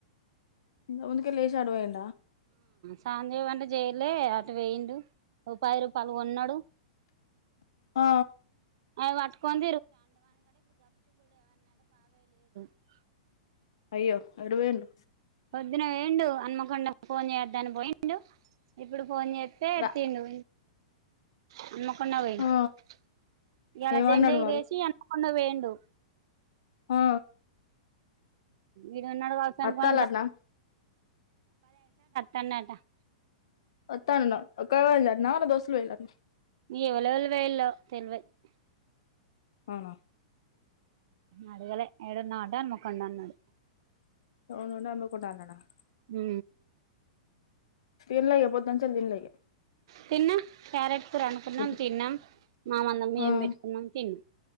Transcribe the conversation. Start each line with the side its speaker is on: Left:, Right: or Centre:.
Left: <unintelligible>
Right: ఆ <unintelligible> లే అటు పోయిండు రూపాయి రూపాయలు కొన్నాడు
Left: ఆ
Right: అవి పట్టుకొని <unintelligible>
Left: అయ్యో ఎటు పోయిండు
Right: పొద్దున వేండు అన్మకొండ ఫోన్ చేయద్దని పోయిండు ఇప్పుడు ఫోన్ చేస్తే ఎత్తిన్డు
Left: రా
Right: హన్మకొండ <unintelligible>
Left: ఆ ఏమన్నాడు మరి
Right: <unintelligible> కొండ పోయిండు
Left: ఆ
Right: ఇడున్నాడు వర్సనుకొని
Left: అత్తాలంటనా
Right: <unintelligible> <unintelligible>
Left: <unintelligible>
Right: ఎవలోల్లు <unintelligible>
Left: అవునా
Right: అడగలే <unintelligible>
Left: <inaudible>
Right: హు
Left: <unintelligible>
Right: తిన్నాం క్యారెట్ కూర వండుకున్నాం
Left: ఇగ
Right: తిన్నాం <unintelligible>
Left: ఆ
Right: ఏం పెట్టుకున్నాం తిన్